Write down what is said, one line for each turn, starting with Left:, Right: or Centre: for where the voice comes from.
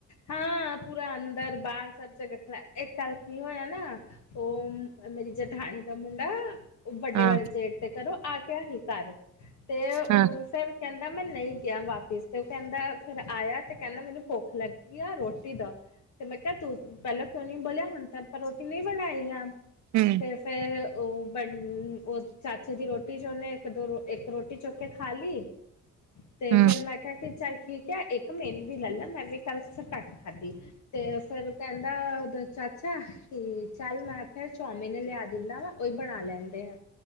Left: ਹਾਂ ਪੂਰਾ ਅੰਦਰ ਬਾਹਰ ਸਭ ਜਗ੍ਹਾ ਖੜ ਇੱਕ ਵਾਰ ਕੀ ਹੋਇਆ ਨਾ ਉਹ ਮੇਰੀ ਜਠਾਣੀ ਦਾ ਮੁੰਡਾ ਵੱਡੇ
Right: ਹਾਂ
Left: ਵਾਲੇ ਜੇਠ ਦੇ ਘਰੋ ਆ ਗਿਆ ਸੀ ਘਰ ਤੇ ਉਸ
Right: ਹਾਂ
Left: ਟਾਇਮ ਕਹਿੰਦਾ ਮੈਂ ਨਹੀਂ ਗਿਆ ਵਾਪਿਸ ਫਿਰ ਆਇਆ ਤੇ ਕਹਿੰਦਾ ਮੈਨੂੰ ਭੁੱਖ ਲੱਗ ਕੀ ਆ ਰੋਟੀ ਦਾ ਤੇ ਮੈਂ ਕਿਹਾ ਤੂੰ ਪਹਿਲਾਂ ਕਿਉਂ ਨੀ ਬੋਲਿਆ ਹੁਣ ਤੱਕ ਤਾਂ ਰੋਟੀ ਨਹੀਂ ਬਣਾਈ ਆ
Right: ਹੁ
Left: ਤੇ ਫਿਰ ਉਹ ਬਨ ਉਹ ਚਾਚੇ ਦੀ ਰੋਟੀ 'ਚ' ਉਹਨੇ ਇੱਕ, ਦੋ ਇੱਕ ਰੋਟੀ ਚੁੱਕੇ ਖਾ ਲਈ
Right: <inaudible>
Left: ਤੇ
Right: ਹੂੰ
Left: ਫਿਰ ਮੈਂ ਕਿਹਾ ਕਿ ਚੱਲ ਠੀਕ ਏ ਇੱਕ ਮੇਰੀ ਵੀ ਲੈਲਾ ਆ ਮੈਂ ਵੀ ਕੱਲ ਫਿਰ ਘੱਟ ਖਾਧੀ ਤੇ ਫੇਰ ਕਹਿੰਦਾ ਦਾ ਉਹਦਾ ਚਾਚਾ ਕੀ ਚੱਲ ਮੈਂ ਫਿਰ ਚੋਮੀਨ ਲਿਆ ਦਿੰਦਾ ਵਾ ਉਹੀ ਬਣਾ ਲੈਂਦੇ ਆ